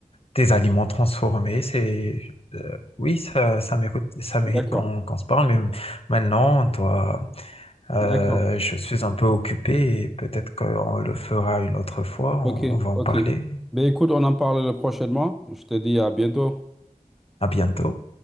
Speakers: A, on the left; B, in the centre.
A: des aliments transformés c'est euh, oui ça ça mérite ça mérite
B: D'accord,
A: qu'on qu'on se parle mais maintenant toi euh,
B: d'accord.
A: je suis un peu occupé et peut-être qu'on le fera une autre fois on
B: Ok,
A: on va en
B: ok.
A: parler
B: Ben écoute, on en parle prochainement. Je te dis à bientôt.
A: à bientôt